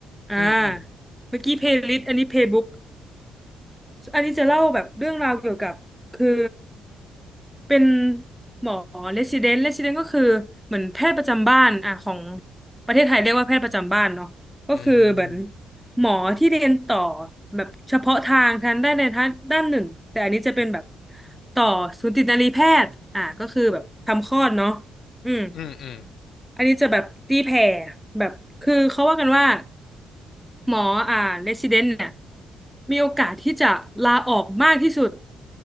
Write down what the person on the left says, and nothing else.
อืมอืม
อืม
อืมอืม